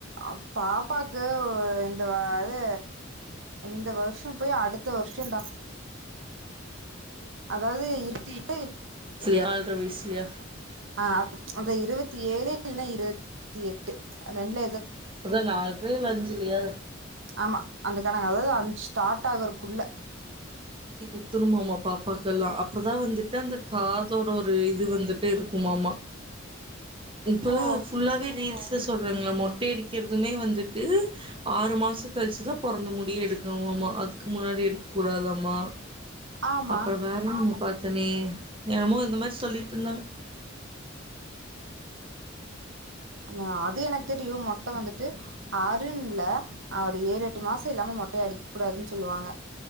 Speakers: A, on the right; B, on the right.
A: அ பாப்பாக்கு இந்த அது இந்த வருஷ போய் அடுத்த வருஷடா அதாவது இறுத்தி ப்
B: ஸ்லியா ஆர்ரை வயஸ்லியா
A: ஆ அது இருவத்தி ஏழு இல்னா இருவத்தி எட்டு அந் ரெண்ல
B: அதா நால் போய்லஞ்சலையா
A: ஆமா அந்த கணக்கு அஞ் ஸ்டார்ட் ஆகறக்குல்ல
B: குத்துனும்மாமாப்ப பாப்பாக்கெல்லா அப்பதா வந்துட்டு அந்த காதோட ஒரு இது வந்துட்டு இருக்குமாம்மா இப்பல்லா
A: ஓ
B: ஃபுல்லாவே ரீல்ஸ் ந்து சொல்றாங்களாமா மொட்டை அடிக்கிறதுமே வந்துட்டு ஆறு மாச கழிச்சுதா பொறந்த முடிய எடுக்கணுமாம்மா அதுக்கு முன்னாடி எடுக்க கூடாதாம்மா
A: ஆமா
B: அப்புற வேற பாத்தனே எ அம்மு இந்த மாரி சொல்லிட்டு இருந்தாங்க
A: ஆ அது எனக்கு தெரியு மொட்ட வந்துட்டு ஆறுன்லா அது ஏழு எட்டு மாச இல்லாம மொட்டையை அடிக்க கூடாதுன்னு சொல்லுவாங்க